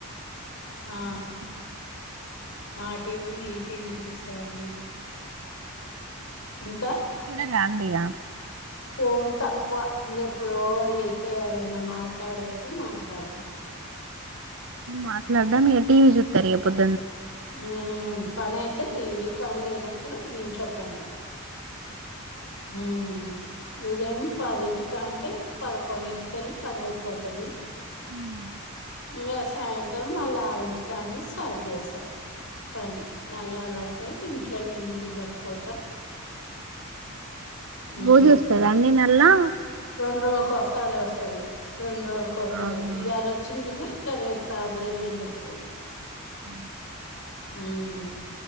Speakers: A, on the right (about 60°); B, on the left (about 65°).
A: అ
B: ఆ మా టీవీ ఈ టీవీ చూస్తా అండి ఇంకా
A: రా అండి ఇగ
B: ఫోన్ తక్కువ ఇంగేప్పుడో అయితే ఎవరన్నా మాట్లాడేప్పుడు మాట్లాడ్త
A: మాట్లాడద మీరు టీవ చూస్తారు పొద్దు
B: ఊ పని అయితే టీవీ పని లేనప్పుడు ఇంట్లో పని ఉ ఉదయం పదింటికా అంటే పదకొండింటిక వెళ్ళి పని అయిపోతది
A: ఉ
B: ఇంకా సాయంత్రం మళ్ళీ ఆరింటికి అండి స్టార్ట్ చేస్తాం పని నల్లళ్లు వస్తాయి ఇంట్లోనే నీళ్ళు పట్టుకోటాం మ్మ్
A: రోజ వస్తారు అందుే నా అలా
B: రెండు రోజుకసారి వస్తది రెండు రోజుకోసారి
A: ఆహా
B: ఈ ఆరు వచ్చిందిగా ఇ రేపుడు అదు ఎల్లుండి వస్తది
A: అ
B: హుమ్